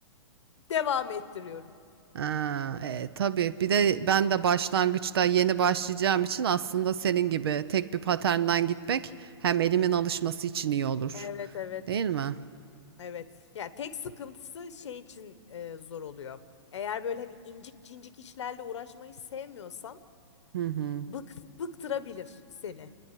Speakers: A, on the left; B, on the right.
A: Devam ettiriyorum.
B: Ha, e, tabii bir de ben de başlangıçta yeni başlayacağım için aslında senin gibi tek bir paternden gitmek hem elimin alışması için iyi olur.
A: Evet evet.
B: Değil mi?
A: Evet. Ya tek sıkıntısı şey için e, zor oluyor. Eğer böyle hani incik cincik işlerle uğraşmayı sevmiyorsan
B: Hı hı.
A: bık, bıktırabilir seni.